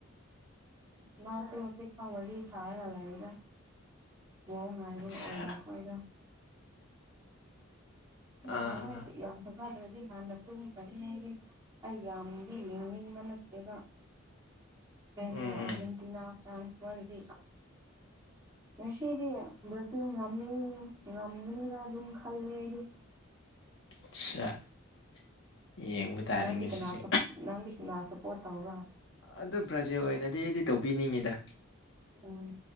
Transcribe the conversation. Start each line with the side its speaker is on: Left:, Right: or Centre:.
Right: ꯇꯗꯤ ꯏꯗꯤ ꯁꯥ ꯉ ꯂꯗ ꯃꯡ ꯉꯥꯏꯕ
Left: ꯑꯠꯆꯥ
Right: ꯑꯣꯏꯅ ꯑꯩꯈꯣꯏꯗ
Left: ꯑꯥ
Right: ꯥꯎꯅꯥ
Left: ꯑꯥ
Right: ꯌꯥ ꯗꯗꯤ ꯍꯥꯟꯅꯠꯇꯨꯃꯤ ꯀꯅꯤꯒꯦ ꯑꯩ ꯌꯥꯝꯗꯤ ꯌꯦꯡꯅꯤꯡꯕ ꯅꯠꯇꯦꯒ
Left: <inaudible>
Right: ꯄꯦ
Left: ꯎꯝ
Right: ꯑꯔꯖꯦꯟꯇꯤꯅꯥ
Left: ꯎꯝ
Right: ꯐ꯭ꯔꯥꯟꯁꯔ ꯌꯥꯝ ꯁꯤꯔꯤ ꯏꯕꯗꯤ ꯉ ꯉꯃꯤꯅꯦꯗ ꯑꯗꯨ ꯈꯂꯗꯤ
Left: ꯑꯆꯥ ꯌꯦꯡꯕ ꯇꯥꯔꯦ
Right: ꯅꯪꯗꯤ
Left: ꯉ
Right: ꯀꯅꯥ
Left: ꯁꯤꯁꯦ
Right: ꯅꯪꯗꯤ ꯀꯅꯥ ꯁꯞꯄꯣꯔꯠ ꯇꯧꯕ꯭ꯔꯥ
Left: ꯑꯗꯨ ꯕ꯭ꯔꯥꯖꯤꯜ ꯑꯣꯏꯅꯗꯤ ꯑꯩꯗꯤ ꯇꯧꯕꯤꯅꯤꯡꯉꯤꯗ
Right: ꯎꯝ